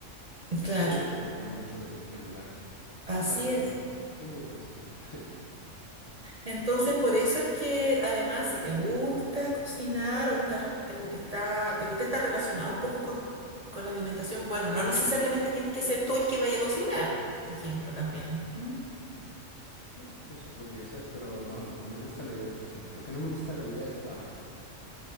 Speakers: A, on the right (about 40°); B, on the left (about 35°).
A: Claro,
B: Todo dependería mucho del, del lugar.
A: así
B: Y para los
A: es.
B: dos, tengo buenas ideas. <laughs>
A: Entonces, por eso es que además, si te gusta cocinar o estás te, gu- está- te gusta estar relacionado un poco con, con la alimentación, bueno, no necesariamente tienes que ser tú el que vaya a cocinar, po- por ejemplo, también. ¿m?
B: Bueno, eso podría ser, pero no, lo que, me gusta la idea de cocinar. Lo que no me gusta la idea es lavar